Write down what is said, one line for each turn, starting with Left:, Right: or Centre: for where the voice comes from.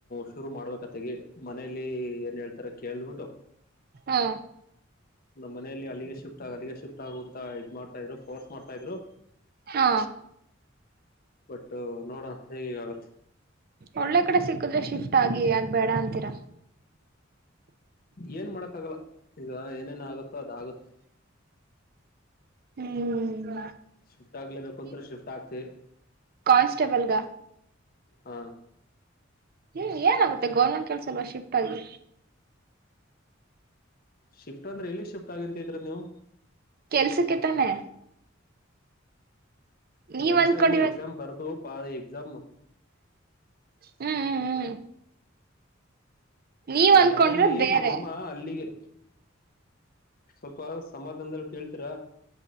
Left: ಶುರು ಮಾಡ್ಬೇಕತ್ತಗೆ ಮನೇಲಿ ಏನ್ ಹೇಳ್ತಾರೆ ಕೇಳ್ಬಿಟ್ಟು
Right: ಹಾ
Left: ನಮ್ ಮನೆಲ್ಲಿ ಅಲ್ಲಿಗೆ ಸ ಶಿಫ್ಟ್ ಆಗ್ ಅಲ್ಲಿಗೆ ಶಿಫ್ಟ್ ಆಗ ಅಂತ ಇದ್ ಮಾಡ್ತಾ ಇದ್ರು ಫೋರ್ಸ್ ಮಾಡ್ತಾ ಇದ್ರು,
Right: ಹಾ
Left: ಬಟ್ ನೋಡಣ ಹೇಗ್ ಆಗುತ್ತೆ
Right: ಒಳ್ಳೆ ಕಡೆ ಸಿಕ್ಕುದ್ರೆ ಶಿಫ್ಟ್ ಆಗಿ ಯಾಕ್ ಬೇಡ ಅಂತೀರ
Left: ಏನ್ ಮಾಡಕ್ ಆಗಲ್ಲ ಈಗ ಏನೇನ್ ಆಗುತ್ತೋ ಅದ ಆಗುತ್ತೆ
Right: ಹ್ಮ್
Left: ಶಿಫ್ಟ್ ಆಗ್ಲೇಬೇಕು ಒಂತರ ಶಿಫ್ಟ್ ಆಗ್ತಿ
Right: ಕಾನ್ಸ್ಟೇಬಲ್ಗ
Left: ಹಾ
Right: ಹ್ಮ್ ಏನಾಗುತ್ತೆ ಗೌರ್ಮೆಂಟ್ ಕೆಲ್ಸ ಅಲ್ವ ಶಿಫ್ಟ್ ಆಗಿ
Left: ಶಿಫ್ಟ್ ಅಂದ್ರೆ ಎಲ್ಲಿ ಶಿಫ್ಟ್ ಆಗಿಂತ ಇದ್ರ ನೀವು
Right: ಕೆಲ್ಸಕ್ಕೆ ತಾನೆ ನೀವ್
Left: ಕೆಲ್ಸ
Right: ಅನ್ಕೊಂಡಿರೋದ
Left: ಇನ್ನು ಎಕ್ಸಾಮ್ ಬರ್ದು ಪ ಎಕ್ಸಾಮ್
Right: ಹ್ಮ್ ಹ್ಮ್ ಹ್ಮ್ ನೀವ್
Left: ನಮ್ಮ್
Right: ಅನ್ಕೊಂಡಿರೋದ್
Left: ಮನೆಯಲ್ಲಿ
Right: ಬೇರೆ
Left: ನಮ್ಮಮ್ಮ ಅಲ್ಲಿಗೆ ಸ್ವಲ್ಪ ಸಮಾಧಾನದಲ್ಲಿ ಕೇಳ್ತೀರ